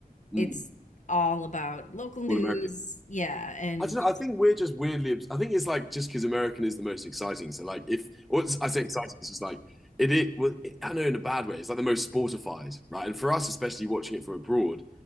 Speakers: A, in the centre; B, on the left.
A: Mm.
B: it's all about local news.
A: All American.
B: Yeah. And
A: I don't know.
B: just,
A: I think we're just weirdly. obs- I think it's like just because American is the most exciting. So like, if or it's- I say exciting, it's just like it. It, well, it. I know in a bad way. It's like the most sportified, right? And for us, especially watching it from abroad,